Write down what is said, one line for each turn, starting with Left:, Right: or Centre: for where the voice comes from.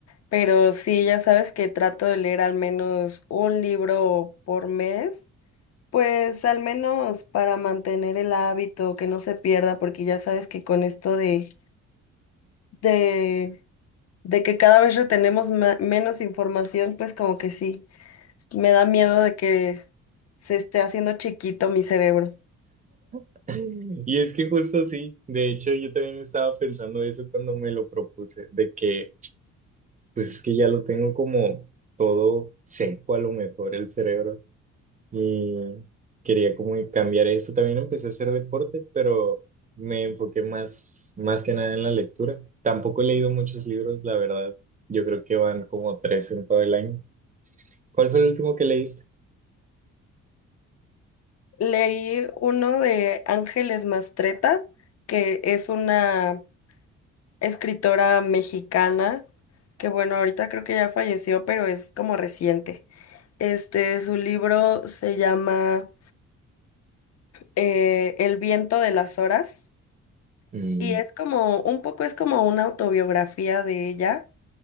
Left: pero sí, ya sabes que trato de leer al menos un libro por mes, pues al menos para mantener el hábito, que no se pierda, porque ya sabes que con esto de, de, de que cada vez retenemos ma- menos información, pues como que sí, me da miedo de que se esté haciendo chiquito mi cerebro.
Right: <laughs> Y es que justo sí, de hecho yo también estaba pensando eso cuando me lo propuse, de que pues es que ya lo tengo como todo seco a lo mejor el cerebro y quería como cambiar eso. También empecé a hacer deporte, pero me enfoqué más, más que nada en la lectura. Tampoco he leído muchos libros, la verdad. Yo creo que van como tres en todo el año. ¿Cuál fue el último que leíste?
Left: Leí uno de Ángeles Mastreta, que es una escritora mexicana, que bueno, ahorita creo que ya falleció, pero es como reciente. Este, su libro se llama eh, El viento de las horas
Right: Mm,
Left: y es como, un poco es como una autobiografía de ella